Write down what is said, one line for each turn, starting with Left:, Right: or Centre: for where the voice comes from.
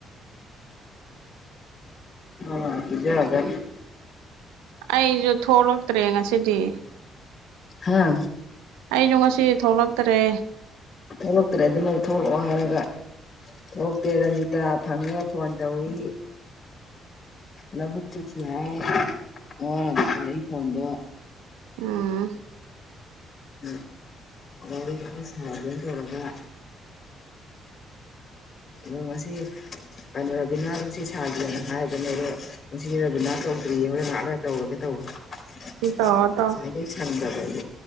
Left: ꯎꯝ ꯑ ꯁꯤꯖ ꯍꯥꯏꯗ
Right: ꯑꯩꯁꯨ ꯊꯣꯛꯂꯛꯇ꯭ꯔꯦ ꯉꯁꯤꯗꯤ
Left: ꯍꯥꯥ
Right: ꯑꯩꯖ ꯉꯁꯤ ꯊꯣꯛꯂꯛꯇ꯭ꯔꯦ
Left: ꯊꯣꯛꯂꯛꯇ꯭ꯔꯦ ꯑꯗꯨꯅ ꯊꯣꯛꯂꯛꯑꯣ ꯍꯥꯏꯔ ꯑꯗꯨꯒ ꯊꯣꯛꯣꯛꯇꯦ ꯔꯟꯖꯤꯇꯥ ꯐꯪꯉꯒ ꯐꯣꯟ ꯇꯧꯋ ꯂꯧꯕꯨꯛꯇ ꯆꯠꯁꯤ ꯍꯥꯏ ꯍꯥꯏꯔꯛꯏ ꯐꯣꯟꯗꯣ
Right: ꯎꯝ
Left: ꯎꯝ ꯒꯥꯔꯤꯗꯨ ꯄ ꯁꯥꯒꯅ ꯇꯧꯔꯔꯕ ꯑ ꯑꯁꯤꯁꯤ ꯀꯩꯅꯣ ꯔꯕꯤꯅꯥꯗꯣ ꯁꯤ ꯁꯥꯒꯦꯅ ꯍꯥꯏꯕꯅꯦ ꯑꯗꯣ ꯉꯁꯤꯗꯤ ꯔꯕꯤꯅꯥ ꯇꯧꯗ꯭ꯔꯤꯌꯦ ꯍꯣꯏ ꯉꯍꯥꯛꯅ ꯇꯧꯔꯒꯦ ꯇꯧꯕ
Right: ꯇꯧꯔꯣ ꯇꯧꯔꯣ
Left: ꯆꯦ ꯊꯗ ꯄ